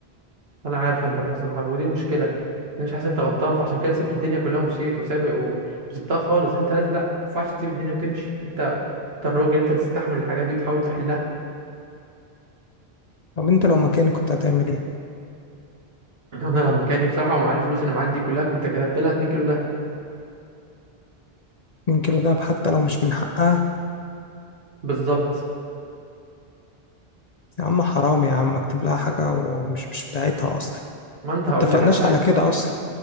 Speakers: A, on the right (about 70°); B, on the left (about 50°).
A: انا عارف انت مش حاسس إنك- ودي المشكلة انا مش حاسس انت غلطان فعشان كده سبت الدنيا كلها ومشيت وسابق و- وسبتها خالص انت لازم لا ما ينفعش تسيب الدنيا وتمشي انت انت الراجل انت اللي تستحمل الحاجات دي وتحاول تحلها
B: طب انت لو مكاني كنت هتعمل ايه
A: <clears throat> انا لو مكاني بصراحة ومعايا الفلوس اللي معاك دي كلها كنت كتبت لها 2 كيلو ده
B: يمكن دهب حتى لو مش من حقها
A: بالظبط
B: يا عم حرام يا عم اكتب لها حاجه ومش مش بتاعتها اصلا
A: ما انت
B: متفقناش
A: هقول لك على حاجة
B: على كده اصلا